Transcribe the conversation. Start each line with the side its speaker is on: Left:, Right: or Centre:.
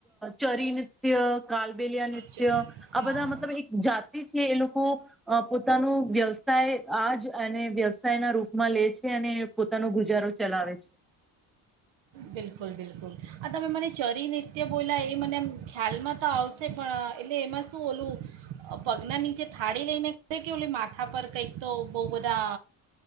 Centre: ચરી નૃત્ય કાલબેલિયા નૃત્ય
Right: ચ-
Centre: આ
Right: હા
Centre: બધા મતલબ એક જાતિ છે એ લોકો પોતાનું વ્યવસાય આજ અને વ્યવસાયના રૂપમાં લે છે અને પોતાનો ગુજારો ચલાવે છે. <inaudible>
Right: બિલકુલ બિલકુલ આ તમે મને ચરી નૃત્ય બોલા એ મને આમ ખ્યાલમાં તો આવશે પણ એટલે એમાં શું ઓલું પગના નીચે થાળી લઈને કરે કે ઓલી માથા પર કંઈક તો બહુ બધા